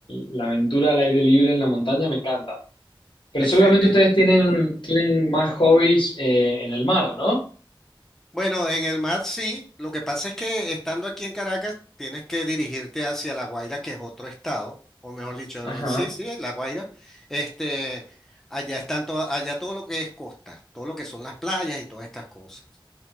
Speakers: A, on the left; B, in the centre.
A: la aventura al aire libre en la montaña me encanta. Pero
B: excelente.
A: seguramente ustedes tienen, tienen más hobbies eh, en el mar, ¿no?
B: Bueno, en el mar sí. Lo que pasa es que estando aquí en Caracas tienes que dirigirte hacia La Guaira, que es otro estado, o mejor dicho,
A: Ajá.
B: eh, sí, sí, La Guaira. Este, allá están todo, allá todo lo que es costa, todo lo que son las playas y todas estas cosas.